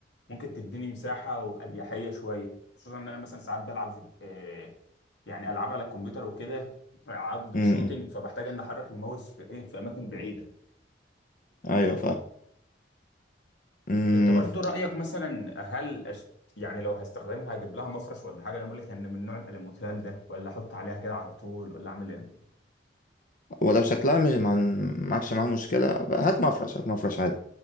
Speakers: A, on the left; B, on the left.
A: ممكن تديني مساحة وأريحية شوية خصوصا إن أنا مثلا ساعات بلعب في آه، يعني ألعاب على الكمبيوتر وكده ألعاب
B: امم
A: شوتينج فبحتاج إن أحرك الماوس في إيه في أماكن بعيدة
B: ايوه فاهم
A: أنت برضو رأيك مثلا هل أشت... يعني لو هستخدمها هجيب لها مفرش ولا حاجة أنا بقول لك إن من نوع الألوميتال ده ولا أحط عليها كده على طول ولا أعمل إيه؟
B: ولو شكلها مش مع... معكش معاها مشكلة بقى هات مفرش هات مفرش عادي